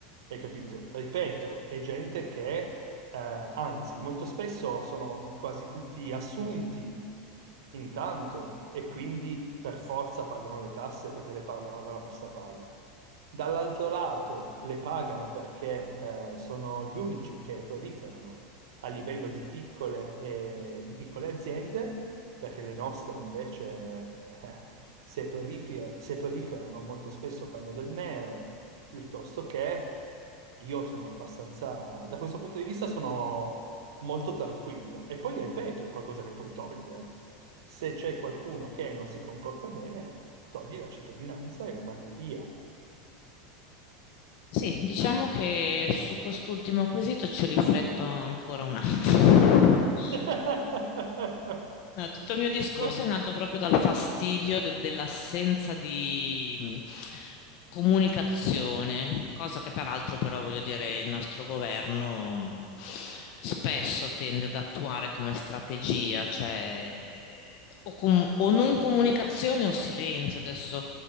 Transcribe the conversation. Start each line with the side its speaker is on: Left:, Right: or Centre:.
Right: Hai capito? Ripeto, è gente che, eh, anzi, molto spesso sono quasi tutti assunti intanto e quindi per forza pagano le tasse perché le pagano dalla busta paga. Dall'altro lato le pagano perché eh, sono gli unici che proliferano a livello di piccole, eh, di piccole aziende, perché le nostre invece eh, se prolifer- se proliferano molto spesso fanno del nero, piuttosto che io sono abbastanza, da questo punto di vista sono molto tranquillo. E poi, ripeto, è qualcosa che puoi togliere. Se c'è qualcuno che non si comporta bene, togli la cittadinanza e lo mandi via.
Left: Sì, diciamo che su quest'ultimo quesito ci rifletto ancora un attimo. <laughs>
Right: <laughs>
Left: No, tutto il mio discorso
Right: Gua-
Left: è nato proprio dal fastidio de- dell'assenza di mh, comunicazione, cosa che peraltro però voglio dire il nostro governo mh, spesso tende ad attuare come strategia, cioè eh, o com- o non comunicazione o silenzio. Adesso